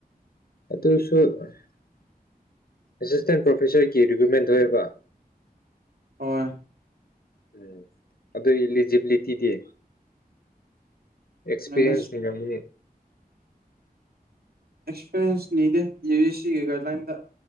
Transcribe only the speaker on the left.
ꯑꯗꯨꯁꯨ ꯑꯦꯁꯤꯁꯇꯦꯟ ꯄ꯭ꯔꯣꯐꯦꯁꯔꯒꯤ ꯔꯤꯀ꯭ꯔꯨꯠꯃꯦꯟ ꯊꯣꯛꯑꯦꯕ
ꯎꯝ ꯑꯗꯨ ꯏꯂꯤꯖꯤꯕꯤꯂꯤꯇꯤꯗꯤ ꯑꯦꯛꯁꯄꯤꯔꯦꯟꯁ
ꯂꯩꯔꯝꯒꯅꯤ